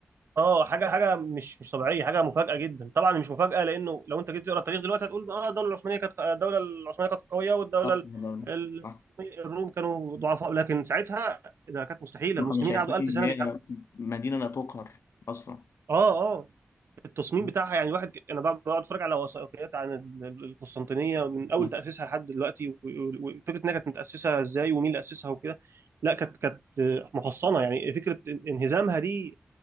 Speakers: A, on the right (about 70°); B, on the left (about 85°).
A: اه حاجه حاجه مش مش طبيعيه حاجه مفاجاه جدا طبعا مش مفاجاه لانه لو انت جيت تقرا التاريخ دلوقتي هتقول اه الدوله العثمانيه كانت الدوله العثمانيه كانت قويه والدوله
B: آه،
A: ال...
B: والله.
A: ال-
B: آه.
A: الروم كانوا ضعفاء لكن ساعتها ده كانت مستحيله
B: ما
A: المسلمين
B: كانوا شايفين
A: قعدوا 1000
B: إن
A: سنه
B: هي
A: بيحاولوا
B: مدينة لا تقهر أصلا
A: اه اه التصميم
B: م-
A: بتاعها يعني الواحد انا بقعد بقعد اتفرج على وثائقيات عن ال- ال- القسطنطينيه من اول
B: م-
A: تاسيسها لحد دلوقتي و- و- وفكره انها كانت متاسسه ازاي ومين اللي اسسها وكده لا كانت كانت محصنه يعني فكره ان- انهزامها دي